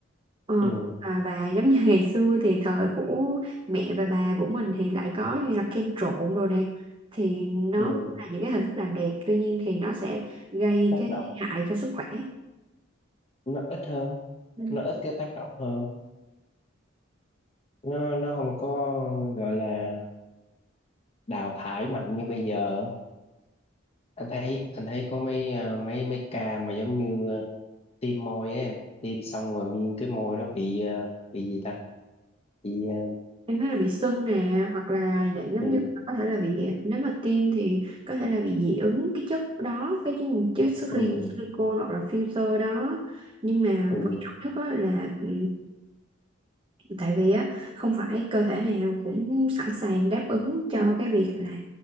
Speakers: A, on the right; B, on the left.
A: Ờ,
B: ừ
A: à, và giống như <laughs> ngày xưa thì thời của mẹ và bà của mình thì lại có như là kem trộn rồi nè thì nó
B: ừ
A: là những cái hình thức làm đẹp tuy nhiên thì nó sẽ gây
B: tác
A: cái
B: động
A: hại cho sức khỏe
B: nó ít hơn
A: Ừ.
B: nó ít cái tác động hơn nó nó không có gọi là đào thải mạnh như bây giờ anh thấy anh thấy có mấy ờ, mấy mấy ca mà giống như ờ, tiêm môi ấy em tiêm xong rồi miên cái môi nó bị ờ, bị gì ta bị ờ,
A: Em thấy là bị sưng nè hoặc là dạng giống
B: bị
A: như là có thể là bị nếu mà tiêm thì có thể là bị dị ứng cái chất đó cái chất, chất
B: ừ, ừ,
A: silicone hoặc là filter đó nhưng mà
B: ừ,
A: quan trọng nhất á là ừ, tại vì á không phải cơ thể nào cũng sẵn sàng đáp ứng cho cái việc là